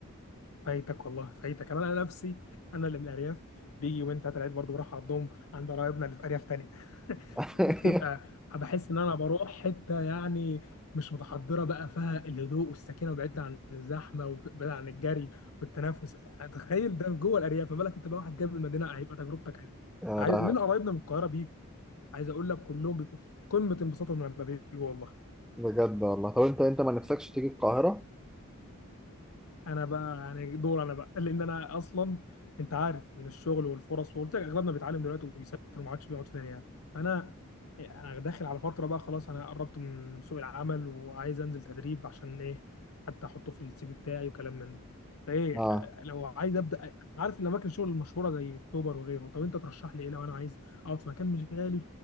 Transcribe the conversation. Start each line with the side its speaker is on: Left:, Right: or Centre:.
Left: فايتك والله فايتك انا انا نفسي انا اللي من الارياف بيجي يومين ثلاثه العيد برضه بروح اقضيهم عند قرايبنا اللي في ارياف تانية <laughs>
Centre: <laughs>
Left: وبتبقى بحس ان انا بروح حته يعني مش متحضره بقى فيها الهدوء والسكينه وبعيد عن الزحمه وبعيد عن الجري والتنافس تخيل ده جوه الارياف ما بالك انت بقى واحد جاي من المدينه هيبقى تجربتك
Centre: يا
Left: عايز
Centre: لا
Left: لنا قرايبنا من القاهره بيجي عايز اقول لك كلهم بيبقوا في قمه انبساطهم لما بيجوا والله
Centre: بجد والله طب انت انت ما نفسكش تيجي القاهرة؟
Left: انا بقى يعني دور انا بقى لان انا اصلا انت عارف ان الشغل والفرص وقلت لك اغلبنا بيتعلم دلوقتي وبيسافر ما عادش بيقعد في الارياف فانا انا داخل على فتره بقى خلاص انا قربت من سوق العمل وعايز انزل تدريب عشان ايه حتى احطه في السي في بتاعي وكلام من ده فايه
Centre: اه
Left: آه، لو عايز ابدا انا عارف ان اماكن الشغل المشهوره زي اكتوبر وغيره طب انت ترشح لي ايه لو انا عايز اقعد في مكان مش غالي